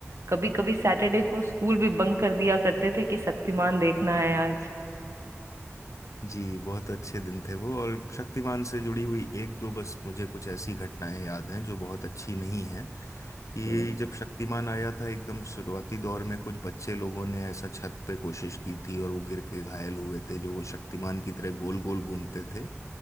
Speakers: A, on the right (about 70°); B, on the left (about 85°).
A: कभी कभी सैटरडे को स्कूल भी बंक कर दिया करते थे कि शक्तिमान देखना है आज
B: जी बहुत अच्छे दिन थे वो और शक्तिमान से जुड़ी हुई एक दो बस मुझे कुछ ऐसी घटनाएं याद हैं जो बहुत अच्छी नहीं हैं कि
A: जी
B: जब शक्तिमान आया था एकदम शुरुआती दौर में कुछ बच्चे लोगों ने ऐसा छत पे कोशिश की थी और वो गिर के घायल हुए थे जो वो शक्तिमान की तरह गोल गोल घूमते थे